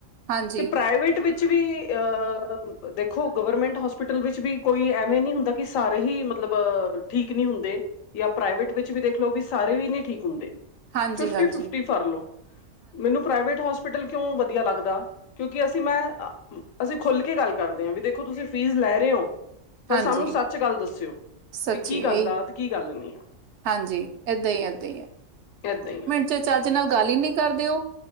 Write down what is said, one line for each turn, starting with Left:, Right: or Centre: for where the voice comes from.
Right: ਹਾਂਜੀ
Left: ਤੇ ਪ੍ਰਵੇਟ ਵਿੱਚ ਵੀ ਅਹ ਦੇਖੋ ਗਵਰਮੈਂਟ ਹੋਸਪਿਟਲ ਵਿੱਚ ਵੀ ਕੋਈ ਐਵੇਂ ਨਹੀਂ ਹੁੰਦਾ। ਕਿ ਸਾਰੇ ਹੀ ਮਤਲਬ ਠੀਕ ਨਹੀਂ ਹੁੰਦੇ। ਜਾਂ ਪ੍ਰਾਈਵੇਟ ਵਿੱਚ ਵੀ ਦੇਖ ਲਓ ਵੀ ਸਾਰੇ ਵੀ ਨਹੀਂ ਠੀਕ ਹੁੰਦੇ।
Right: ਹਾਂਜੀ-ਹਾਂਜੀ।
Left: ਫਿਫਟੀ ਫਿਫਟੀ ਮੈਨੂੰ ਪ੍ਰਾਈਵੇਟ ਹੋਸਪਿਟਲ ਕਿਉਂ ਵਧੀਆ ਲੱਗਦਾ ਕਿਉਂਕਿ ਅਸੀਂ ਮੈਂ ਅਸੀਂ ਖੁੱਲ ਕੇ ਗੱਲ ਕਰਦੇ ਆ ਵੀ ਦੇਖੋ ਤੁਸੀਂ ਫ਼ੀਸ ਲੈ ਰਹੇ ੳ ਪਰ
Right: ਹਾਂਜੀ
Left: ਸਾਨੂੰ ਸੱਚ ਗੱਲ ਦੱਸਿਓ
Right: ਸੱਚੀ
Left: ਵੀ ਕੀ ਗੱਲ
Right: ਇਹੀ
Left: ਆ ਤੇ ਕੀ ਗੱਲ ਨੀ ਆ।
Right: ਹਾਂਜੀ ਏਦਾਂ ਏਦਾਂ ਹੈ।
Left: ਏਦਾਂ ਹੀ ਆ।
Right: ਤੇ ਚਜ ਨਾਲ ਗੱਲ ਈ ਨੀ ਕਰਦੇ ਓ।